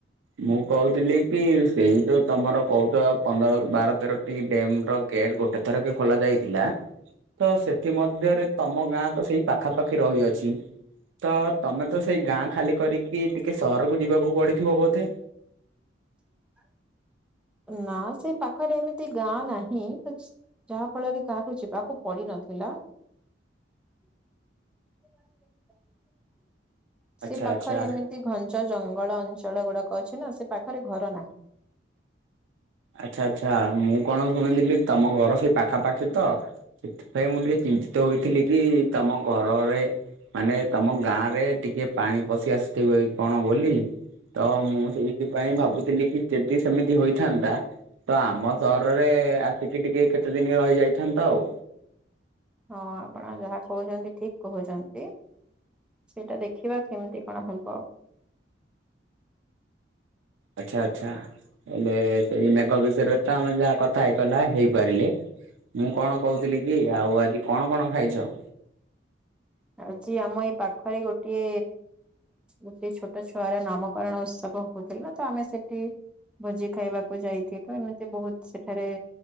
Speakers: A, on the right; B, in the centre.
A: ମୁଁ କହୁଥିଲି କି ସେଇ ଯୋଉ ତମର କହୁଚ ପନ୍ଦର ବାର ତେରଟି ଡେମ୍ ର ଗେଟ୍ ଗୋଟେ ଥରକେ ଖୋଲା ଯାଇଥିଲା। ତ ସେଥିମଧ୍ୟରେ ତମ ଗାଁ ତ ସେଇ ପାଖାପାଖି ରହିଅଛି। ତ ତମେ ତ ସେଇ ଗାଁ ଖାଲି କରିକି ଟିକେ ସହରକୁ ଯିବାକୁ ପଡିଥିବ ବୋଧେ।
B: <inaudible> ନା ସେ ପାଖରେ ଏମିତି ଗାଁ ନାହିଁ। ଯାହା ଫଳରେ କାହାକୁ ଯିବାକୁ ପଡି ନଥିଲା। <inaudible> ସେ
A: ଆଚ୍ଛା
B: ପାଖରେ
A: ଆଚ୍ଛା
B: ଏମିତି ଘଞ୍ଚ ଜଙ୍ଗଳ ଅଞ୍ଚଳ ଗୁଡାକ ଅଛି ନା ସେ ପାଖରେ ଘର ନାହିଁ।
A: ଆଚ୍ଛା ଆଚ୍ଛା ମୁଁ କଣ ଶୁଣିଥିଲି ତମ ଘର ସେଇ ପାଖାପାଖି ତ? ସେଥିପାଇଁ ମୁଁ ଟିକେ ଚିନ୍ତିତ ହୋଇଥିଲି କି ତମ ଘରରେ ମାନେ ତମ ଗାଁ ରେ ଟିକେ ପାଣି ପଶି ଆସିଥିବ କି କଣ ବୋଲି ତ ମୁଁ ସେଇଥିପାଇଁ ଭାବୁଥିଲି କି ଯେଦି ସେମିତି ହୋଇଥାନ୍ତା ତ ଆମ ସହରରେ ଆସିକି ଟିକେ କେତେ ଦିନି ରହିଯାଇଥାନ୍ତ ଆଉ।
B: ହଁ ଆପଣ ଯାହା କହୁଛନ୍ତି ଠିକ୍ କହୁଚନ୍ତି। ସେଇଟା ଦେଖିବା କେମିତି କଣ ହବ।
A: ଆଛା ଆଛା ହେଲେ ସେଇ ମେଘ ବିଷୟରେ ତ ଆମେ ଯାହାକଥ୍ କଥା ହେଇପାରଲା ହେଇପାରିଲେ। ମୁଁ କଣ କହୁଥିଲି କି ଆଉ ଆଜି କଣ କଣ ଖାଇଚ?
B: ଆଜି ଆମ ଏ ପାଖରେ ଗୋଟିଏ ଗୋଟେ ଛୋଟ ଛୁଆର ନାମକରଣ ଉତ୍ସବ ହଉଥିଲା ତ ଆମେ ସେଠି ଭୋଜି ଖାଇବାକୁ ଯାଇଥିଲୁ ଏମିତି ବହୁତ ସେଠାରେ